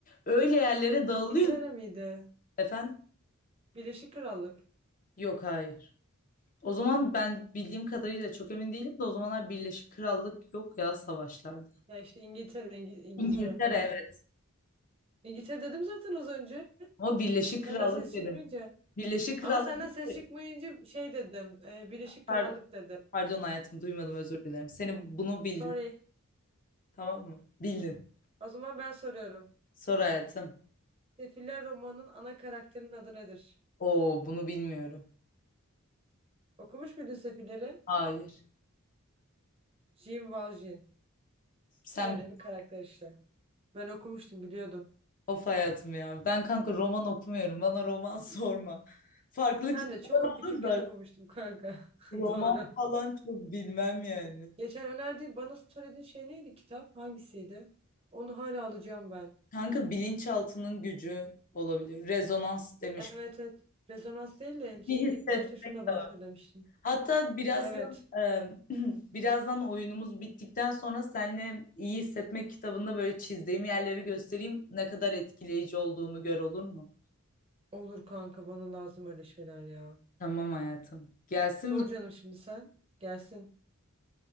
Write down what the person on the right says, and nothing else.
İngiltere
miydi?
Birleşik Krallık.
Ya işte İngiltere, İngi- İngiltere
falan.
İngiltere dedim zaten az önce.
Senden
ses
çıkmayınca.
Ama senden
ses çıkmayınca
şey dedim. e, Birleşik
Krallık dedim.
Sorry.
O zaman ben soruyorum.
Sefiller romanının ana karakterinin adı nedir?
Okumuş muydun Sefilleri?
Jean Valjean.
Öyle bir karakter işte. Ben okumuştum biliyordum.
Ben
de çok küçükken
okumuştum kanka. <laughs>
Doğru.
Geçen önerdiğin bana söylediğin şey neydi kitap? Hangisiydi? Onu hala alacağım ben.
Evet evet. Rezonans değil de yani
şey ilk
başta şununla başla
demiştin.
Evet.
Olur kanka bana lazım öyle şeyler ya.
Sor
canım şimdi sen. Gelsin.